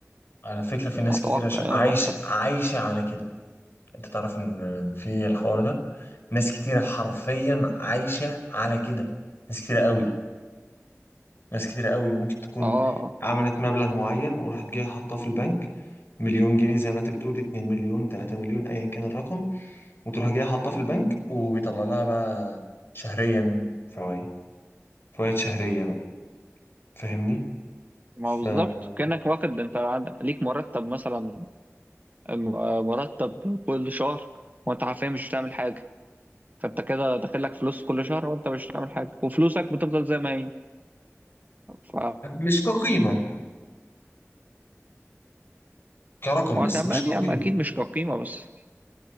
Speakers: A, on the left; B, on the right.
A: على فكره في
B: يعني
A: ناس
B: اتوقع
A: كتيره ش...
B: يعني
A: عايشه
B: انا ما حسبتش
A: عايشه على كده انت تعرف ان في الحوار ده ناس كتيره حرفيا عايشه على كده ناس كتيره قوي ناس كتير قوي ممكن تكون
B: اه اه اه.
A: عملت مبلغ معين وراحت جايه حاطاه في البنك مليون جنيه زي ما انت بتقول 2 مليون 3 مليون ايا كان الرقم وتروح جايه حاطاه في البنك وبيطلع لها بقى شهريا فوائد فوائد شهرية بقى فاهمني
B: ما
A: فبالظبط
B: هو بالظبط كانك واخد انت عند- ليك مرتب مثلا م- مرتب كل شهر وانت حرفيا مش بتعمل حاجه فانت كده داخل لك فلوس كل شهر وانت مش بتعمل حاجه وفلوسك بتفضل زي ما هي ف
A: مش كقيمة كرقم
B: ما
A: بس
B: تمام
A: مش كقيمة
B: يا عم اكيد مش كقيمه بس